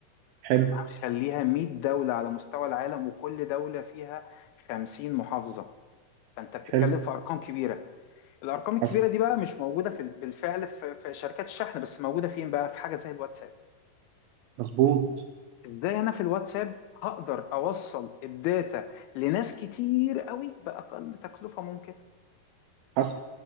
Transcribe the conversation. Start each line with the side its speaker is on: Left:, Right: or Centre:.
Right: حلو
Left: طب تعالى نخليها 100 دولة على مستوى العالم وكل دولة فيها 50 محافظة فأنت بتتكلم
Right: حلو
Left: في أرقام كبيرة الأرقام الكبيرة
Right: حصل
Left: دي بقى مش موجودة في بالفعل في في شركات الشحن بس موجودة فين بقى في حاجة زي الواتساب
Right: مظبوط
Left: ازاي انا في الواتساب هقدر اوصل الداتا لناس كتير قوي باقل تكلفه ممكن
Right: حصل